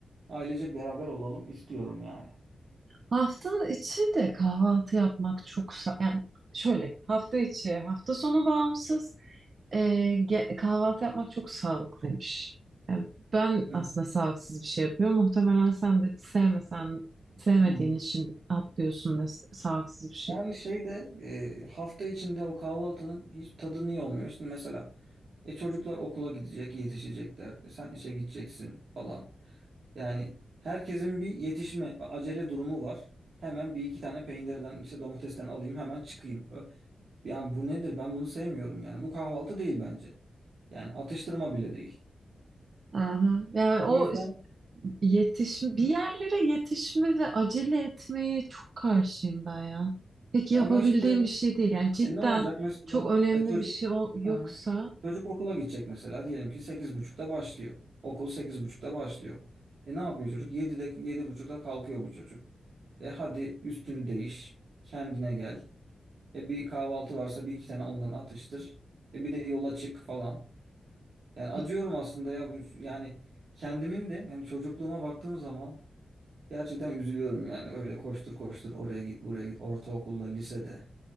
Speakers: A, on the right; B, on the right.
A: ailecek beraber olalım istiyorum yani.
B: Hafta içi de kahvaltı yapmak çok sa- yani şöyle hafta içi hafta sonu bağımsız e, ge- kahvaltı yapmak çok sağlıklıymış. Yani ben
A: Hı
B: aslında
A: hı.
B: sağlıksız bir şey yapıyorum. Muhtemelen sen de sevmesen sevmediğin
A: Hı hı.
B: için atlıyorsun ve s- sağlıksız bir şey
A: Yani
B: yapıyorsun.
A: şeyde e, hafta içinde o kahvaltının hiç tadı niye olmuyor? Şimdi mesela e, çocuklar okula gidecek, yetişecekler. E, sen işe gideceksin falan. Yani herkesin bir yetişme, acele durumu var. Hemen bir iki tane peynirden, işte domatesten alayım, hemen çıkayım. Ö- Yani bu nedir? Ben bunu sevmiyorum yani. Bu kahvaltı değil bence. Yani atıştırma bile değil.
B: Aha. Yani o
A: O yüzden
B: Yetiş, bir
A: Hı?
B: yerlere yetişme ve acele etmeye çok karşıyım ben ya. Peki yapabildiğim
A: ama işte
B: bir şey değil. Yani cidden
A: E ne olacak mesela?
B: çok önemli
A: E çocuk
B: bir şey ol- yoksa
A: Aha. Çocuk okula gidecek mesela. Diyelim ki sekiz buçukta başlıyor. Okul sekiz buçukta başlıyor. E ne yapıyor çocuk? yedide yedi buçukta kalkıyor bu çocuk. E hadi üstünü değiş. Kendine gel. E bir kahvaltı varsa bir iki tane ondan atıştır. E bir de yola çık falan. Yani acıyorum
B: e,
A: aslında ya. bu- Yani kendimin de yani çocukluğuma baktığım zaman gerçekten üzülüyorum yani. Öyle koştur koştur oraya git buraya git ortaokulda lisede.